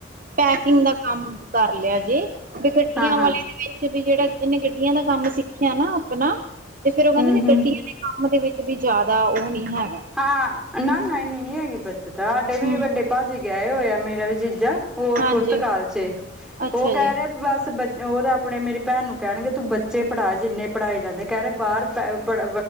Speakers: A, on the right; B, in the centre.
A: ਪੈਕਿੰਗ ਦਾ ਕੰਮ ਕਰ ਲਿਆ ਜੇ ਬ ਗੱਡੀਆਂ
B: ਹਾਂ ਹਾਂ
A: ਵਾਲੇ ਵਿੱਚ ਵੀ ਜਿਹੜਾ ਇਹਨੇ ਗੱਡੀਆਂ ਦਾ ਕੰਮ ਸਿੱਖਿਆ ਨਾ ਆਪਣਾ ਤੇ ਫੇਰ ਉਹ ਕਹਿੰਦੇ
B: ਹੂੰ ਹੂੰ
A: ਗੱਡੀਆਂ ਦੇ ਕੰਮ ਦੇ ਵਿੱਚ ਵੀ ਜ਼ਿਆਦਾ ਉਹ ਨੀ ਹੈਗਾ
B: ਹਾਂ ਨਾ ਨਾ ਇੰਨੀ ਨਹੀਂ ਹੈਗੀ ਬੱਚਤ ਸਾਡੇ ਵੀ
A: ਹਮ
B: ਵੱਡੇ ਭਾਅ ਜੇ ਗਿਆਏ ਹੋਇਆ ਮੇਰਾ ਵੀ ਜੀਜਾ ਉਹ
A: ਹਾਂਜੀ
B: ਪੁਰਤਗਾਲ ਚ
A: ਅੱਛਾ
B: ਉਹ ਕਹਿ
A: ਜੀ
B: ਰਹੇ ਬਸ ਬੱਚ ਉਹ ਤਾਂ ਆਪਣੇ ਮੇਰੀ ਭੈਣ ਨੂੰ ਕਹਿਣਗੇ ਤੂੰ ਬੱਚੇ ਪੜ੍ਹਾ ਜਿੰਨੇ ਪੜ੍ਹਾਏ ਜਾਂਦੇ ਕਹਿ ਰਹੇ ਬਾਹਰ ਪ ਪੜ